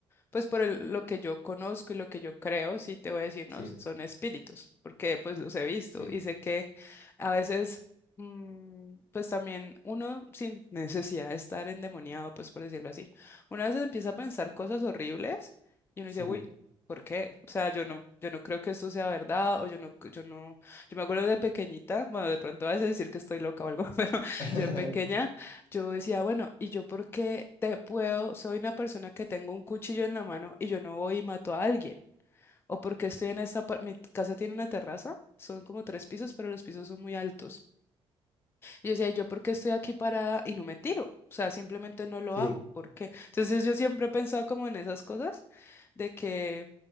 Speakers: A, on the left; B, on the left.
A: pues por el- lo que yo conozco y lo que yo creo, sí te voy a decir,
B: Sí,
A: no, sí son espíritus, porque pues los he visto
B: sí,
A: y sé que a veces, mm, pues también uno sin necesidad de estar endemoniado, pues por decirlo así, una vez empieza a pensar cosas horribles y uno
B: sí.
A: dice, uy. ¿Por qué? O sea, yo no, yo no creo que esto sea verdad, o yo no, yo no, yo me acuerdo de pequeñita, bueno, de pronto vas a decir que estoy loca o algo, <laughs> pero
B: <laughs>
A: yo de pequeña yo decía, bueno, ¿y yo por qué te puedo? Soy una persona que tengo un cuchillo en la mano y yo no voy y mato a alguien. O porque estoy en esta par- mi casa tiene una terraza, son como tres pisos, pero los pisos son muy altos. Y yo decía, ¿yo por qué estoy aquí parada y no me tiro? O sea, simplemente no lo
B: Sí,
A: hago. ¿Por qué? Entonces yo siempre he pensado como en esas cosas, de que,